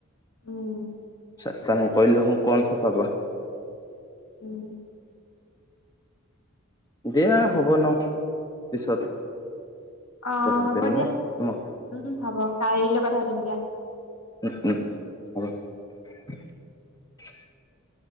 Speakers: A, on the left (about 80°); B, on the left (about 15°).
A: উম।
B: চেষ্টা নকৰিলেনো কৌনচা পাবা।
A: উম।
B: দিয়া হ'ব ন পিছত
A: অ'
B: কথাটো
A: হ'ব
B: পেল
A: দিয়া
B: না
A: উম হ'ব কাললৈ কথা পাতিম দিয়া।
B: উম উম হ'ব।